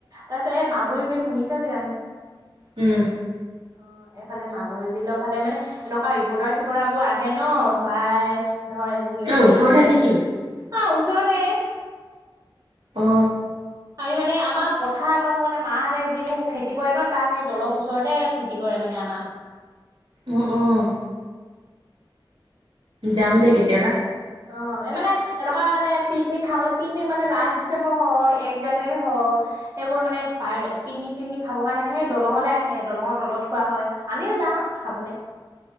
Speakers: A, on the right; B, on the right.
A: তাৰপিছত এই মাগুৰী বিল শুনিছে কিজান
B: উম।
A: অ', এইফালে মাগুৰী বিলৰ ফালে মানে এনেকুৱা ৰিপৰ্টাৰ-চিপৰ্টাৰ বোৰ আহে ন? চৰাই ধৰ এইবোৰ কিবা
B: অ',
A: কিবি
B: ওচৰতে
A: মানে,
B: নেকি?
A: অ' ওচৰতে।
B: অ।
A: আমি মানে আমাৰ পথাৰ লওঁ গলে মাহেঁতে যিবোৰ খেতি কৰে ন, তাৰ সেই দলং ওচৰতে খেতি কৰে মানে আমা।
B: অঁ অঁ। যাম দেই কেতিয়াবা?
A: অঁ এ মানে এনেকুৱা মানে পিকনিক খাবলে পিকনিক মানে লাষ্ট ডিচেম্বৰ হওক এক জানুৱাৰী হওক- সেইবোৰ মানে পাৰ পিকনিক চিকনিক খাবৰ কাৰণে মানে সেই দলঙলে আহে দলঙৰ তলত খোৱা হয়। আমিও যাওঁ খাবলে।